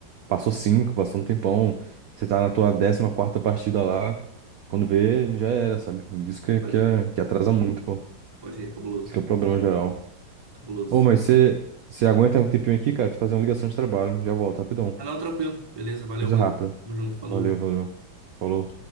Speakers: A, on the right; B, on the right.
A: Passou cinco, passou um tempão. Você tá na tua décima quarta partida lá. Quando vê, já era, sabe? Isso que,
B: Pode
A: que, é-
B: crer.
A: que atrasa muito, pô.
B: Pode ir, é cabuloso.
A: Isso que é o problema geral.
B: Cabuloso.
A: Ô, mas você, você aguenta um tempinho aqui, cara? Tem que fazer uma ligação de trabalho. Já volto, rapidão.
B: Ah, não, tranquilo. Beleza, valeu,
A: Coisa
B: mano.
A: rápida.
B: Tamo junto, falou.
A: Valeu, valeu. Falou.